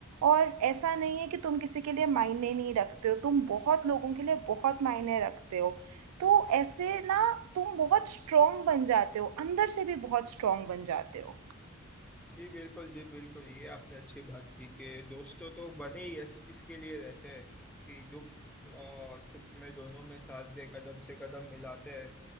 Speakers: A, on the right (about 85°); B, in the centre.
A: और ऐसा नहीं है कि तुम किसी के लिए मायने नहीं रखते हो तुम बहुत लोगों के लिए बहुत मायने रखते हो तो ऐसे ना तुम बहुत स्ट्रांग बन जाते हो अंदर से भी बहुत स्ट्रांग बन जाते हो
B: जी बिल्कुल जी बिल्कुल ये आपने अच्छी बात की कि दोस्तों तो बने ही इस, इसके लिए रहते हैं कि दुख और सुख में दोनों में साथ दे कदम से कदम मिलाते हैं